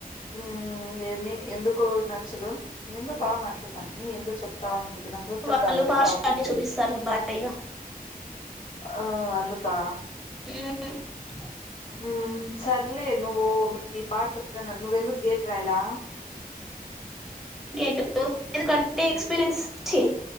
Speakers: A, on the left; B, in the centre.
A: హ ఏమి ఎందుకు నచ్చదు ఎందొ బాగా మాట్లాడు అంనీ ఎందుకు చెప్తాంటేవి నాకు గుర్తు
B: వాళ్ళు
A: రాలేదా
B: పార్షాలిటీ
A: టాపిక్
B: చూపిస్తారు
A: ఎదో
B: భారీగా
A: ఆ అందుకా
B: హుమ్
A: హుమ్ సర్లే నువ్వు మీకు బాగా చెప్తాన నువేందుకు గేట్ రాయలా
B: గట్ ఎందుకంటే ఎక్స్పీరియన్స్ చి